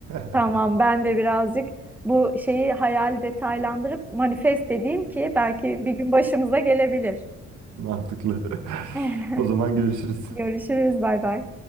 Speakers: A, on the right; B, in the centre.
A: <laughs>
B: tamam ben de birazcık bu şeyi hayal detaylandırıp manifest edeyim ki belki bir gün başımıza gelebilir.
A: Mantıklı. <laughs>
B: <laughs>
A: O zaman görüşürüz.
B: Görüşürüz bay bay.